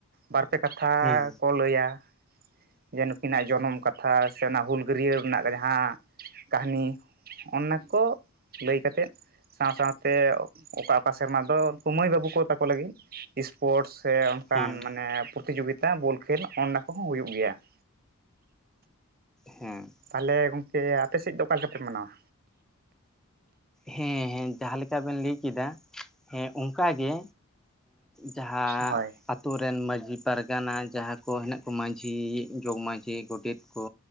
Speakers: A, on the right; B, in the centre.
A: ᱵᱟᱨ ᱯᱮ ᱠᱟᱛᱷᱟ
B: ᱦᱩᱸ
A: ᱠᱚ ᱞᱟᱹᱭᱟ ᱾ ᱡᱮ ᱱᱩᱠᱤᱱᱟᱜ ᱡᱚᱱᱚᱢ ᱠᱟᱛᱷᱟ ᱥᱮ ᱚᱱᱟ ᱦᱩᱞᱜᱟᱹᱨᱭᱟᱹ ᱨᱮᱱᱟᱜ ᱡᱟᱦᱟᱸ ᱠᱟᱹᱦᱱᱤ ᱚᱱᱟ ᱠᱚ ᱞᱟᱹᱭ ᱠᱟᱛᱮᱫ ᱥᱟᱶ ᱥᱟᱶᱛᱮ ᱚᱠᱟ ᱚᱠᱟ ᱥᱮᱨᱢᱟ ᱫᱚ ᱩᱱᱠᱩ <unintelligible> ᱛᱟᱠᱚ ᱞᱟᱹᱜᱤᱫ ᱥᱯᱳᱨᱴ ᱥᱮ ᱚᱱᱠᱟᱱ
B: ᱦᱮᱸ
A: ᱢᱟᱱᱮ ᱯᱚᱨᱛᱤᱡᱳᱜᱤᱛᱟ ᱵᱚᱞ ᱠᱷᱮᱞ ᱚᱱᱟ ᱠᱚᱦᱚᱸ ᱦᱩᱭᱩᱜ ᱜᱮᱭᱟ ᱾
B: ᱦᱮᱸ
A: ᱛᱟᱦᱚᱞᱮ ᱜᱚᱝᱠᱮ ᱟᱯᱮ ᱥᱮᱫ ᱫᱚ ᱚᱠᱟ ᱞᱮᱠᱟᱯᱮ ᱢᱟᱱᱟᱣᱟ?
B: ᱦᱮᱸ ᱦᱮᱸ ᱡᱟᱦᱟᱸ ᱞᱮᱠᱟ ᱵᱮᱱ ᱞᱟᱹᱭ ᱠᱟᱫᱟ ᱦᱮᱸ ᱚᱱᱠᱟ ᱜᱮ ᱡᱟᱦᱟᱸ
A: ᱦᱳᱭ
B: ᱟᱛᱳ ᱨᱮᱱ ᱢᱟᱺᱡᱷᱤ ᱯᱟᱨᱜᱟᱱᱟ ᱡᱟᱦᱟᱸ ᱠᱚ ᱦᱮᱱᱟᱜ ᱠᱚ ᱢᱟᱺᱡᱷᱤ ᱡᱚᱜᱽ ᱢᱟᱺᱡᱷᱤ ᱜᱚᱰᱮᱛ ᱠᱚ